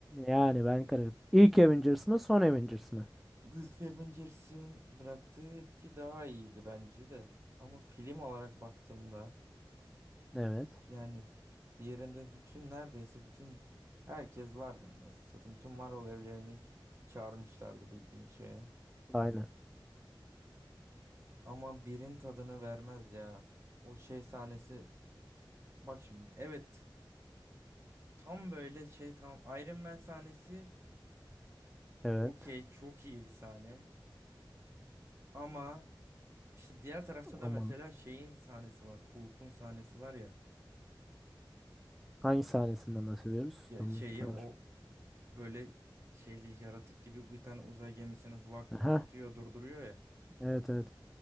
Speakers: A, in the centre; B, on the right.
A: Yani ben kararım. İlk Avengers mı son Avengers mı?
B: İlk Avengers'ın bıraktığı etki daha iyiydi bence de. Ama film olarak baktığımda
A: Evet.
B: Yani diğerinde bütün neredeyse bütün herkes vardı anasını satayım. Bütün Marvel evlerini çağırmışlardı bildiğin şeye.
A: Aynen.
B: Ama birin tadını vermez ya. O şey sahnesi bak şimdi evet tam böyle şey tam Iron Man sahnesi
A: Evet.
B: okey çok iyi bir sahne. Ama işte diğer tarafta da
A: Aman.
B: mesela şeyin sahnesi var. Hulk'un sahnesi var ya.
A: hangi sahnesinden bahsediyoruz?
B: Ya
A: Tamam.
B: şeyi
A: çağır.
B: o böyle şeyli yaratık gibi bir tane uzay gemisini lak
A: Aha.
B: tutuyor durduruyor ya.
A: Evet evet.